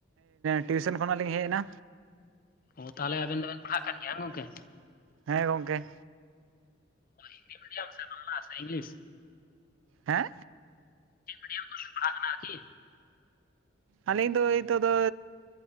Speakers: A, on the right; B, on the left.
A: ᱴᱤᱭᱩ ᱥᱚᱱ ᱠᱷᱚ ᱱᱟᱜ ᱞᱤᱧ ᱦᱮᱡ ᱮᱱᱟ᱾
B: ᱚ ᱛᱟᱦᱞᱮ ᱟᱵᱮᱱ ᱫᱚ ᱯᱟᱲ ᱦᱟᱜ ᱠᱟᱱ ᱜᱮᱭᱟ ᱵᱮᱱ ᱜᱚᱝᱠᱮ
A: ᱦᱮᱸ ᱜᱚᱝᱠᱮ
B: ᱦᱤᱱᱫᱤ ᱢᱤᱰᱤᱭᱟᱢ, ᱥᱮ ᱵᱟᱝᱞᱟ, ᱥᱮ ᱤᱝᱞᱤᱥ
A: ᱦᱮᱸ
B: ᱪᱮᱫ ᱢᱤᱰᱤᱭᱟᱢ ᱠᱷᱚᱱ ᱵᱤᱱ ᱯᱟᱲ ᱦᱟᱜ ᱠᱟᱱᱟ ᱟᱨᱠᱤ
A: ᱟᱹᱞᱤᱧ ᱫᱚ ᱱᱤᱛᱚᱜ ᱫᱚ